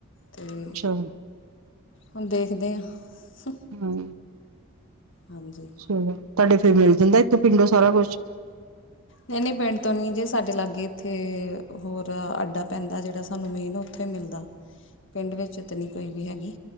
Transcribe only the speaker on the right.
ਅੱਛਾ
ਹੂੰ
ਚਲੋ ਤਾਡੇ ਫਿਰ ਮਿਲ ਜਾਂਦਾ ਇੱਥੇ ਪਿੰਡੋ ਸਾਰਾ ਕੁਛ